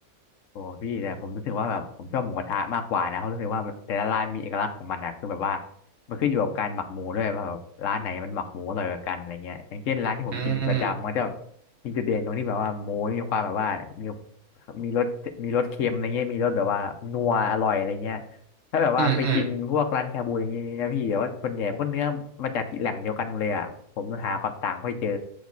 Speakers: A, on the left; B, on the right.
A: โอ้พี่แต่ผมรู้สึกว่าแบบผมชอบหมูกระทะมากกว่านะเพราะรู้สึกว่าแต่ละร้านมีเอกลักษณ์ของมันนะคือแบบว่ามันขึ้นอยู่กับการหมักหมูด้วยว่าแบบร้านไหนมันหมักหมูอร่อยกว่ากันอะไรเงี้ยอย่างเช่นร้านที่ผมกินประจำมันจะ
B: อืม
A: มีจุดเด่นตรงที่แบบว่าหมูมีความแบบว่ามีมีรสมีรสเค็มอะไรเงี้ยมีรสแบบว่านัวอร่อยอะไรเงี้ย ถ้าแบบว่าไปกินพวกร้านชาบูอย่างนี้นะพี่แบบว่าส่วนใหญ่มันก็เนื้อมาจากที่แหล่งเดียวกันหมดเลยอ่ะผมหาความต่างไม่ค่อยเจอ
B: อืมอืม